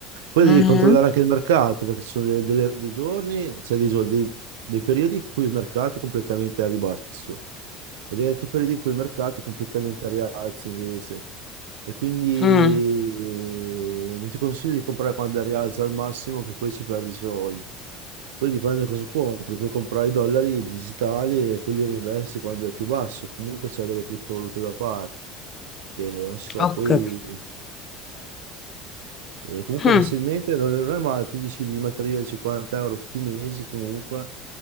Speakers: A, on the right; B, on the left.
A: Poi
B: Mhm.
A: devi controllare anche il mercato, perché ci sono de- delle- dei giorni, cioè dei giorni, dei, dei periodi in cui il mercato è completamente a ribasso e degli altri periodi in cui il mercato è completamente a rialzo invece. E quindi
B: Mm.
A: eh, non ti consiglio di comprare quando è a rialzo al massimo, che poi ci perdi soldi. Poi dipende da cosa compri, puoi comprare i dollari digitali e poi li reinvesti quando è più basso. Comunque c'è delle criptovalute da parte. E non so,
B: Ok.
A: poi. E comunque
B: Mm.
A: mensilmente non non è male, tu decidi di mettere via 50 euro tutti i mesi comunque